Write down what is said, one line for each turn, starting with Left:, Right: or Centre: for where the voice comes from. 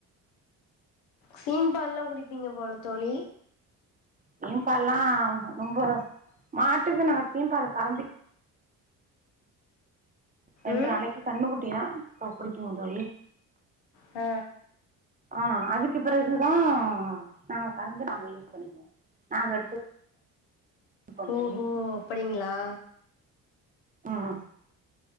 Left: சீம் பாலெல்லா குடிப்பீங்க போல தோழி
Right: சீம்பால்லா ரொம்பொ மாட்டுக்கு நாம சீம்பால் கரந் ரெண்டு
Left: ம்
Right: நாளைக்கு கண்ணு குட்டிதா குடிக்கணு தோழி
Left: ஆ
Right: ஆ அதுக்கு பிறகுதா நாங்க கறந்து நாங்க யூஸ் பண்ணிக்குவோ நாங்க எடுத்து குடிப்போம் தோழி
Left: ஓஹோ அப்டிங்களா
Right: ம்ம்